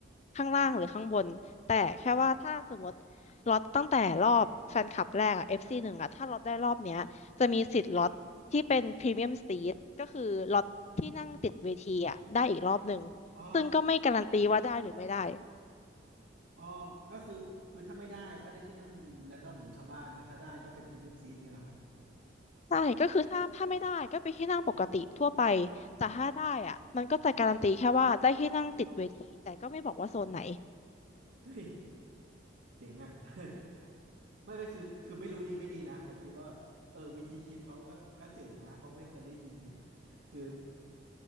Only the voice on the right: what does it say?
อ๋อ
อ๋อก็คือคือถ้าไม่ได้ก็ได้ที่นั่งแรนดอมเหมือนชาวบ้านแต่ถ้าได้ก็เป็นพรีเมียมซีทเงี้ยเหรอครับ
เฮ้ยเจ๋งอ่ะ <laughs> ไม่ไม่คือคือไม่รู้ดีไม่ดีนะแต่คิดว่าแบบเออวิธีคิดเขาก็ก็เจ๋งนะเพราะไม่เคยได้ยินไงคือ